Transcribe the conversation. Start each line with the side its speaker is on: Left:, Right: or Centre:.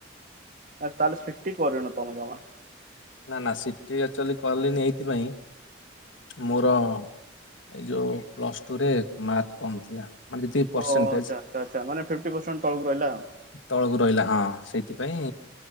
Right: ତାହେଲେ ସିଟି କରିନ ତମେ ଜମା?
Left: ନା ନା ସିଟି ଆକ୍ଚୁଆଲି କଲିନି ଏଇଥିପାଇଁ ମୋର ଏଇ ଯୋଉ ପ୍ଲସ ଟୁରେ ମାର୍କ କମ ଥିଲା। ମାନେ ଯେତିକି
Right: ଓ
Left: ପରସେଣ୍ଟେଜ।
Right: ଆଚ୍ଛା ଆଚ୍ଛା ଆଚ୍ଛା ମାନେ ଫିଫ୍ଟି ପରସେଣ୍ଟ ତଳକୁ ରହିଲା ଆଉ।
Left: ତଳକୁ ରହିଲା ହଁ ସେଇଥିପାଇଁ